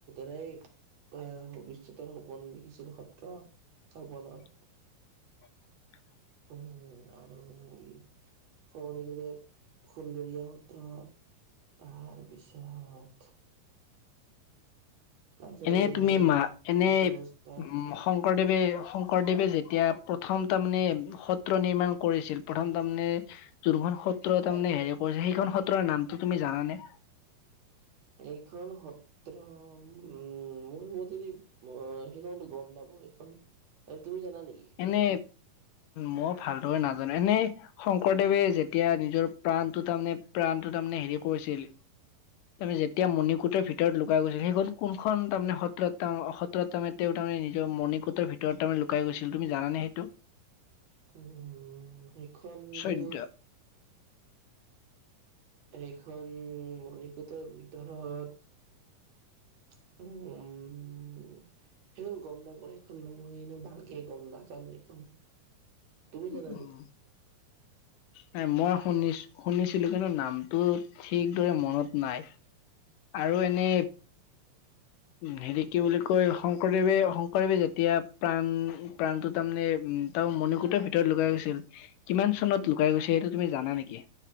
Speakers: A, on the right; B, on the left.
A: এই আহ, ভৱিষ্যতৰ সপোন দেখিছিল সত্ৰ স্থাপনৰ।
B: <unintelligible>
A: উম, আৰু উম ক'ব লাগিলে সুন্দৰীয়া সত্ৰ তাৰপিছত তাৰপিছত
B: এনেই
A: ক'ব লাগিলে
B: তুমি মা, এনেই
A: দস্তা
B: ম শংকৰদেৱে-শংকৰদেৱে যেতিয়া প্ৰথম তাৰমানে সত্ৰ নিৰ্মাণ কৰিছিল, প্ৰথম তাৰমানে যোনখন সত্ৰ
A: হয়
B: তাৰমানে হেৰি কৰিছে, সেইখন সত্ৰৰ নামটো তুমি জানানে?
A: এইখন সত্ৰ উম, মোৰ মতেদি মই সেইখনতো গম নাপাওঁ সেইখন, এ তুমি জানা নেকি?
B: এনে, ময়ো ভালদৰে নাজানো, এনেই শংকৰদেৱে যেতিয়া নিজৰ প্ৰাণটো তাৰমানে প্ৰাণটো তাৰমানে হেৰি কৰিছিল। আৰু যেতিয়া মণিকূটৰ ভিতৰত লুকাই গৈছিল, সেইখন কোনখন তাৰমানে সত্ৰত তেওঁ অসৎ ত্ৰত তেওঁ তাৰমানে তেওঁ নিজৰ মণিকূটৰ ভিতৰত তাৰমানে লুকাই গৈছিল, তুমি জানানে সেইটো?
A: উম, সেইখনতো
B: চৈধ্য
A: এইখন মণিকূটৰ ভিতৰত উম। সেইখন গম নাপাওঁ, সেইখন মই এনে ভালকে গম নাজানো এইখন। তুমি জানা
B: উউম।
A: নেকি?
B: নাই, মই শুনিছ শুনিছিলো কিন্তু নামটো ঠিকদৰে মনত নাই। আৰু এনে হেৰি কি বুলি কয়, শংকৰদেৱে শংকৰদেৱে যেতিয়া প্ৰাণ প্ৰাণটো তাৰমানে, উম তেওঁ মণিকূটৰ ভিতৰত লুকাই গৈছিল, কিমান চনত লুকাই গৈছিল সেইটো তুমি জানা নেকি?